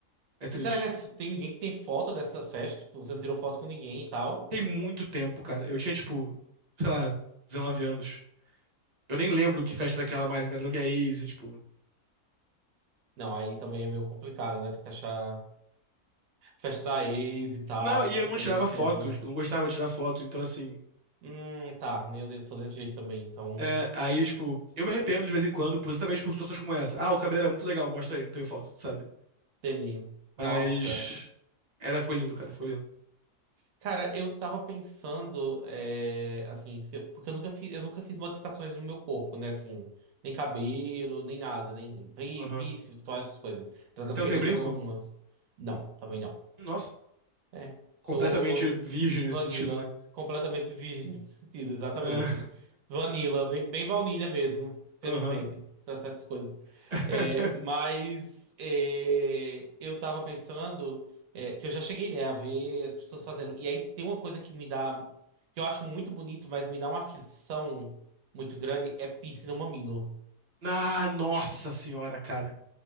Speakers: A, on the right (about 45°); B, on the right (about 70°).
A: É triste.
B: Será que é f- tem ninguém que tem foto dessa festa? Tipo, você não tirou foto com ninguém e tal?
A: Tem muito tempo, cara. Eu tinha, tipo, sei lá, 19 anos. Eu nem lembro que festa era aquela mais, né? era da minha ex, e, tipo.
B: Não, aí também é meio complicado, né? Tem que achar festa da ex e tal.
A: Não, e
B: Tudo
A: eu não
B: bem,
A: tirava
B: eu entendo.
A: foto, tipo, eu não gostava de tirar foto, então assim.
B: Hum, tá. Meu Deus, sou desse jeito também, então.
A: é, aí, tipo, eu me arrependo de vez em quando, positamente por situações como essa. Ah, o cabelo era muito legal, mostra aí, não tem foto, sabe?
B: Entendi.
A: Mas.
B: Nossa.
A: Era, ficou lindo, cara, ficou lindo.
B: Cara, eu tava pensando, é, assim, se eu- porque eu nunca fiz, eu nunca fiz modificações no meu corpo, né? Assim, nem cabelo, nem nada, nem pi-
A: Aham.
B: piercing, todas essas coisas. Apesar de
A: Você
B: eu
A: não
B: querer
A: tem brinco?
B: fazer algumas. Não, também não.
A: Nossa,
B: É.
A: completamente
B: Sou
A: virgem
B: vanilla,
A: nesse sentido, né?
B: completamente virgem nesse sentido, exatamente.
A: É,
B: Vanilla, bem, bem baunilha mesmo, felizmente,
A: <laughs> Aham.
B: para certas coisas.
A: <laughs>
B: É, mas é, eu tava pensando é, que eu já cheguei, né, a ver as pessoas fazendo. E aí tem uma coisa que me dá, que eu acho muito bonito, mas me dá uma aflição muito grande, é piercing no mamilo.
A: Ah, nossa senhora, cara.